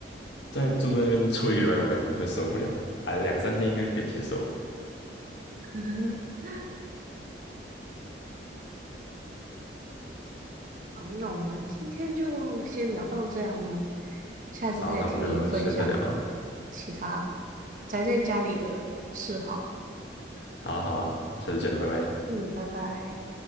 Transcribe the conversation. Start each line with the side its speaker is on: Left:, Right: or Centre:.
Left: 再住在那边住一个礼拜，我可能会受不了啊，两三天应该可以接受。
Right: <laughs> 好，那我们今天就先聊到这样哦，下次再听你分享你的其他
Left: 好，那我们就下次再聊了。
Right: 宅在家里的嗜好。
Left: 好啊，好啊，下次见了，拜拜。
Right: 嗯，拜拜。